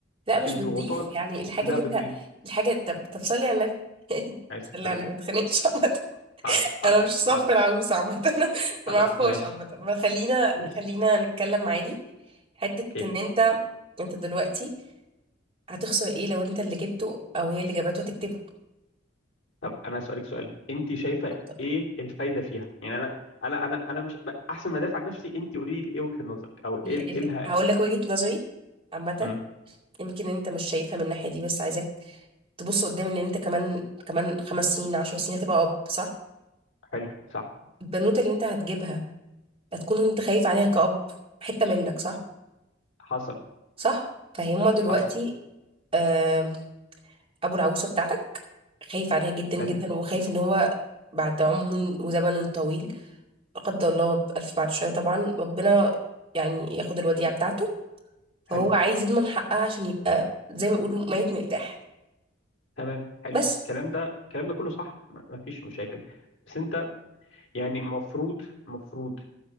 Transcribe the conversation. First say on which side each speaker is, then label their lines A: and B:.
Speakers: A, on the right; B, on the left.
A: لا مش
B: الضغوطات
A: بتضيف يعني الحاجة
B: لا
A: اللي
B: بتضيف
A: انت الحاجة طب طب صلي على النبي <laughs>
B: عليه
A: صلي
B: الصلاه والسلام
A: على النبي ما تخانقش <laughs>
B: حاضر حاضر
A: انا مش صف
B: حاضر
A: العروسه عامه <laughs> انا ما
B: خلاص
A: اعرفهاش
B: ماشي
A: عامه ما خلينا
B: ماشي
A: خلينا نتكلم عادي حته
B: اوكي
A: ان انت انت دلوقتي هتخسر ايه لو انت اللي جبته او هي اللي جابته هتكتبه
B: طب انا اسالك سؤال انت شايفه
A: اتفضل.
B: ايه الفايده فيها يعني انا انا انا انا مش ب- احسن ما ادافع عن نفسي انت قولي لي ايه وجهه نظرك او ايه
A: ال...
B: ال-
A: ال...
B: ايه لها
A: هقول لك وجهه نظري عامه
B: امم
A: يمكن انت مش شايفها من الناحيه دي بس عايزك تبص قدام ان انت كمان كمان خمس سنين عشر سنين هتبقى اب صح
B: حلو صح
A: البنوته اللي انت هتجيبها هتكون انت خايف عليها كأب حته منك صح
B: حصل
A: صح فهما دلوقتي
B: حصل
A: آه، ابو العروسه بتاعتك خايف عليها جدا
B: حلو
A: جدا وخايف ان هو بعد عمر وزمن طويل لا قدر الله بألف بعد شويه طبعا ربنا يعني ياخد الوديعه بتاعته فهو
B: حلو
A: عايز يضمن حقها عشان يبقى زي ما يقولوا ميت مرتاح
B: تمام حلو
A: بس
B: الكلام ده الكلام ده كله صح ما ما فيش مشاكل بس انت يعني مفروض مفروض